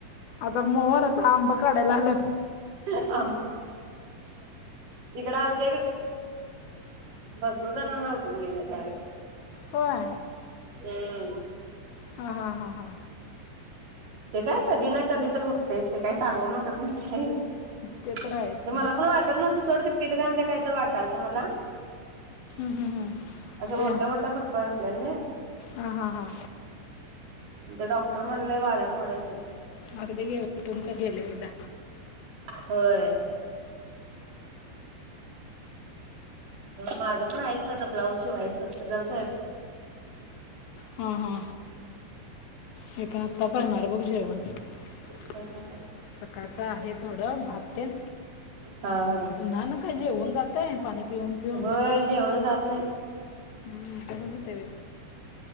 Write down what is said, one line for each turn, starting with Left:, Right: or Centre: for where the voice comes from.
Left: आता मोहर आता आंब काढायला आलं
Right: <inaudible> इकड आम <unintelligible> भरपूर जणांना उठून गेलं यावेळी
Left: होय
Right: हम्म
Left: हा हा हा हा
Right: ते काय कधी ना कधी तर तेच ते काय सांगून उठत नाही <inaudible>
Left: ते तर आहेच
Right: ते
Left: की
Right: मला
Left: हम्म,
Right: पण वाटत नव्हतं सोड <inaudible> काही तर वाट काल तुम्हाला
Left: हम्म, हम्म.
Right: अशा मोठ्या
Left: ते
Right: मोठ्या फुटकुळ्या उठलेल्या नाही
Left: हा हा हा
Right: ते डॉक्टर म्हणलेय वाऱ्या फोड्याचयत
Left: आता ते गे उठून तर गेल्या एकदा
Right: होय माझं पण आहेत त्याचा ब्लाऊज जेवायच <inaudible>
Left: हा हा हे पण आता करणार बघ जेवण
Right: स्वयंपाक
Left: <inaudible> सकाळचा आहे थोडं भात तेन
Right: हा हा
Left: उन्हान काय जेवण जात <inaudible> पाणी पिऊन पिऊन
Right: होय जेवण जात नाही
Left: हम्म, तसंच होतय <inaudible>